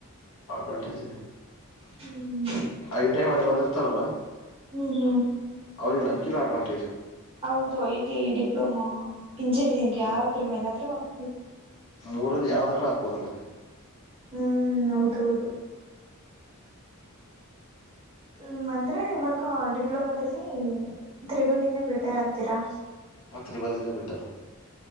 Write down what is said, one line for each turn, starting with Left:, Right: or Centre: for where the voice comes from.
Left: ಅಡ್ವಾಂಟೇಜ್ ಇದೆ
Right: ಹ್ಮ್
Left: ಐಟಿಐ ಮಾಡಿ ಬಂದಿರ್ತಾರಲ್ಲ.
Right: ಹ್ಮ್ ಹ್ಮ್.
Left: ಅವ್ರಿಗೆ ನಂಬಿಕೆನ ಅಡ್ವಾಂಟೇಜು.
Right: ಹೌದು I T I diploma engineering
Left: ಹ
Right: ಯಾವ್ದ್ರ ಮೇಲಾದ್ರು ಆಗ್ಬದು..
Left: ಮೂರಲ್ಲಿ ಯಾವ್ದರ ಹಾಕ್ಬೋದಲ್ಲ.
Right: ಹ್ಮ್ ಹ್ಮ್ ಹೌದೌದು. ಹ್ಮ್ ಅಂದ್ರೆ ಇವಾಗ ಡಿಪ್ಲೊಮಾದಲ್ಲಿ ತ್ರಿಬಲಿನೇ ಬೆಟರ್ ಅಂತೀರಾ.
Left: ತ್ರಿಬ್ಲೀನೆ ಬೇಟಾರು